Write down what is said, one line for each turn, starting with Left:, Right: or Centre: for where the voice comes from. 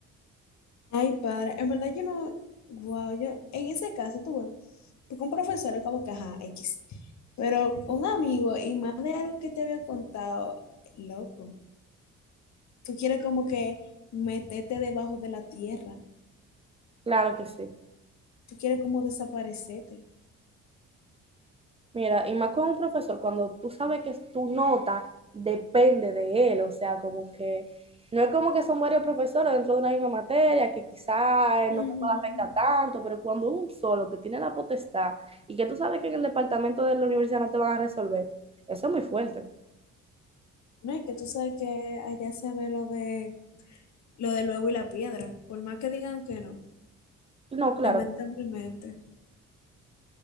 Left: Ay, padre, en verdad yo no, wow, yo, en ese caso tú tuve, porque un profesor es como que, ajá, X, pero un amigo y más de algo que te había contado, loco, tú quieres como que meterte debajo de la tierra,
Right: Claro que sí.
Left: tú quieres como desaparecerte,
Right: Mira, y más con un profesor, cuando tú sabes que tu nota depende de él, o sea, como que no es como que son varios profesores dentro de una misma materia, que quizás
Left: Ujú.
Right: no te pueda afectar tanto, pero cuando un solo que tiene la potestad y que tú sabes que en el departamento de la universidad no te van a resolver, eso es muy fuerte.
Left: ¿no? Y que tú sabes que allá se ve lo de... lo del huevo y la piedra. Por más que digan que no,
Right: No, claro,
Left: lamentablemente,